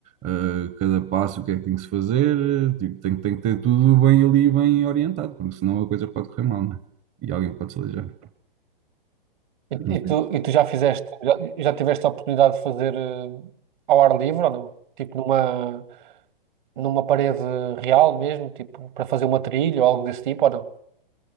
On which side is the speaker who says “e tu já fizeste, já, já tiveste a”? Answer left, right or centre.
Right